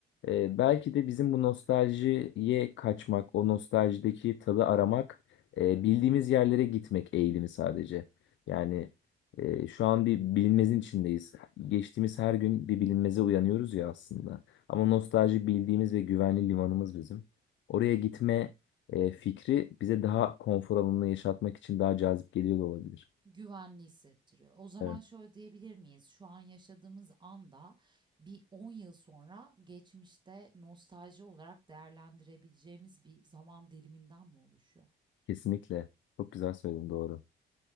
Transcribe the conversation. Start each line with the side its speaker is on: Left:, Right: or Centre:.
Left: Ee, belki de bizim bu nostaljiye kaçmak, o nostaljideki tadı aramak, e, bildiğimiz yerlere gitmek eğilimi sadece. Yani e, şu an bir bilinmezin içindeyiz. Geçtiğimiz her gün bir bilinmeze uyanıyoruz ya aslında. Ama nostalji bildiğimiz ve güvenli limanımız bizim. Oraya gitme e, fikri bize daha konfor alanını yaşatmak için daha cazip geliyor da olabilir.
Right: Güvenli hissettiriyor. O zaman
Left: Evet.
Right: şöyle diyebilir miyiz? Şu an yaşadığımız anda bir 10 yıl sonra geçmişte nostalji olarak değerlendirebileceğimiz bir zaman diliminden mi oluşuyor?
Left: Kesinlikle. Çok güzel söyledin doğru.